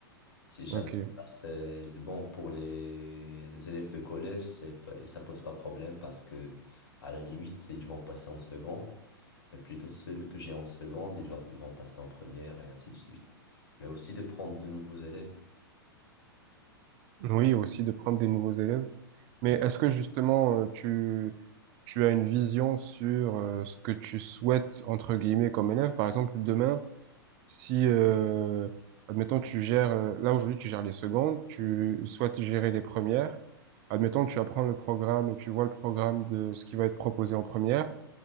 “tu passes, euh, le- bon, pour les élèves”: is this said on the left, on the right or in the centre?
Left